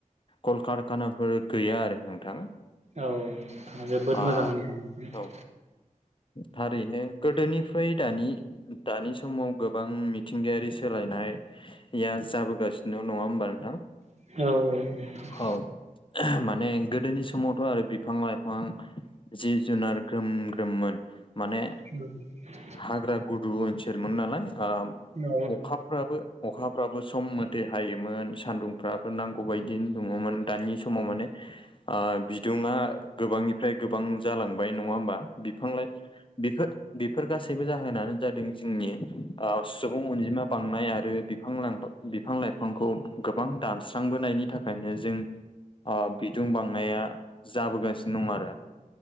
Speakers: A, on the left (about 35°); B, on the right (about 50°).
A: कलकारखानाफोर गैया आरो नोंथां
B: औ नोंथाङा जोबोद
A: ओ
B: मोजां नथां
A: औ
B: <inaudible>
A: थारैनो गोदोनिफ्राय दानि दानि समाव गोबां मिथिंगायारि सोलायनाय या जाबोगासिनोल' नंङा होमबा नोंथां
B: औ- औ
A: औ- माने गोदोनि समावथ' आरो बिफां आं जिब जुनार ग्रोम-ग्रोममोन माने
B: <unintelligible>
A: हाग्रा गुदु ओनसोलमोन नालाय
B: औ
A: अखा बो अखाफ्राबो सम मोथै हायोमोन सान्दुंफ्राबो नांगौ बायदिनो दङमोन दानि समाव माने आ बिदुंङा गोबांनिफ्राय-गोबां जालांबाय नंङा होमबा बिफां-लाइफां बेफोर बेफोर गासैबो जाहोनानो जादों जोंनि ओ सुबुं अनजिमा बांनाय आरो बिब <unintelligible> फां बिफां लाइफांखौ गोबां दानस्रांबोनायनि थाखायनो जों ओ बिदुं बांनाया जाबोगासिनो दं आरो